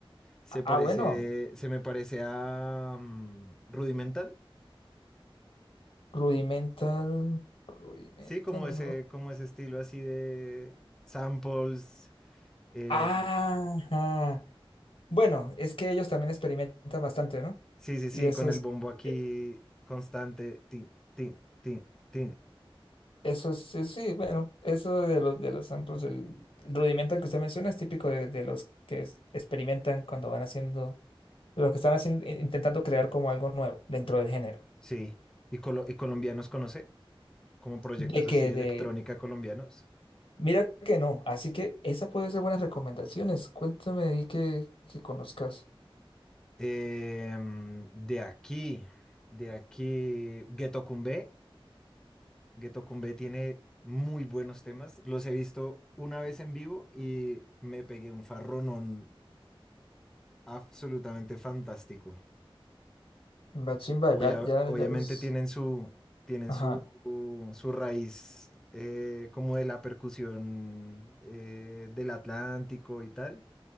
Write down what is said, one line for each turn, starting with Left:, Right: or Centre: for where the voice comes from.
Centre: Se
Left: Ah,
Centre: parece,
Left: ah, bueno,
Centre: se me parece a mm, Rudimental,
Left: Rudimental. Rudimental,
Centre: sí, como ese,
Left: ¿no?
Centre: como ese estilo así de samples. eh,
Left: Ajá. Bueno, es que ellos también experimentan bastante, ¿no?
Centre: sí, sí,
Left: Y
Centre: sí,
Left: eso
Centre: con
Left: es.
Centre: el bombo aquí
Left: eh,
Centre: constante, tin, tin, tin, tin.
Left: Eso sí, sí, bueno, eso de los de los samples, el rudimento que usted menciona es típico de, de los que es- experimentan cuando van haciendo, de los que están haciendo, in- intentando crear como algo nuevo dentro del género.
Centre: Sí. ¿Y, colo- y colombianos conoce? Como proyectos
Left: De
Centre: así
Left: que
Centre: de electrónica
Left: de,
Centre: colombianos.
Left: mira que no, así que esa puede ser buenas recomendaciones. Cuéntame ahí que, que conozcas.
Centre: Em, de aquí, de aquí, Ghetto Kumbé. Ghetto Kumbé tiene muy buenos temas. Los he visto una vez en vivo y me pegué un farronón absolutamente fantástico.
Left: Chimba, chimba,
Centre: Obvia-
Left: ya, ya,
Centre: obviamente
Left: ya los.
Centre: tienen su, tienen
Left: Ajá.
Centre: su, su raíz eh, como de la percusión eh, del Atlántico y tal,